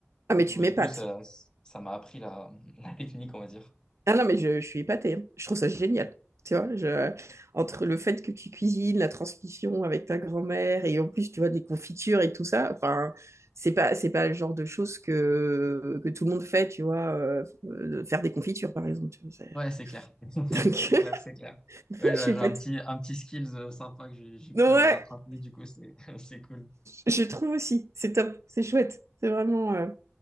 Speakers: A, on the right; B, on the left.
A: Ah, mais
B: Et puis,
A: tu
B: bah,
A: m'épates.
B: du coup, ça, ça m'a appris la, <laughs> la technique, on va dire.
A: Ah non, mais je, je suis épatée. hein. Je trouve ça génial. Tu vois, je... entre le fait que tu cuisines, la transmission avec ta grand-mère, et en plus, tu vois, des confitures et tout ça, enfin, c'est pas, c'est pas le genre de choses que, que tout le monde fait, tu vois, euh, euh, faire des confitures, par exemple. tu vois, c'est-
B: Ouais, c'est
A: <laughs>
B: clair.
A: Donc,
B: C'est clair, c'est clair.
A: <laughs>
B: Ouais, j'ai
A: je suis
B: j'ai
A: pas...
B: un
A: t-
B: petit, un petit skills euh, sympa que j'ai j'ai pu
A: Ouais,
B: euh, rattraper, du coup, c'est, <laughs> c'est cool.
A: Je trouve aussi, c'est top, c'est chouette, c'est vraiment, euh,